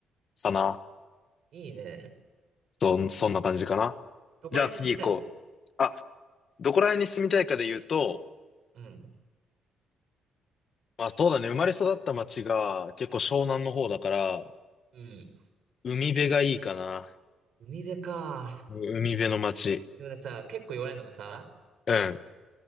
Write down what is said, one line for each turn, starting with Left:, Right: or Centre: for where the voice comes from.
Left: かな。
Right: いいね。
Left: そ、そんな感じかな。
Right: どこら辺に住みたいの
Left: じゃあ次行こう。あ、どこら辺に住みたいかで言うと、
Right: うん。
Left: まあそうだね、生まれ育った町が結構湘南の方だから、
Right: うん。
Left: 海辺がいいかな。
Right: 海辺か。
Left: 海辺の町。
Right: でもねさ、結構言われるのがさ、
Left: うん。